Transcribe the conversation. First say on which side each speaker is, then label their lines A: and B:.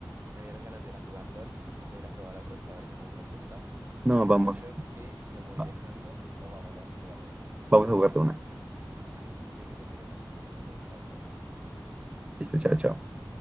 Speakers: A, on the right; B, on the right.
A: me dieron ganas de ir a jugar LOL, de ir a probar Atrox, a ver qué tan fuerte está.
B: No,
A: Entonces
B: vamos,
A: yo creo que lo voy
B: va-
A: dejando o vamos, vamos a jugar de una.
B: vamos a jugar de una.
A: Ay, llegué pues, llegué pues. Entonces, chao, chao, chao.
B: Listo, chao, chao.